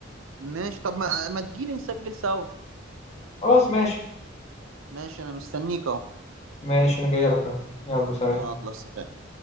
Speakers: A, on the right (about 80°); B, on the left (about 35°).
A: ماشي طب ما ما تجيلي نسجل سوا
B: خلاص ماشي
A: ماشي انا مستنيك اهو
B: ماشي انا جاي لك اهو يلا سلام
A: يلا سلام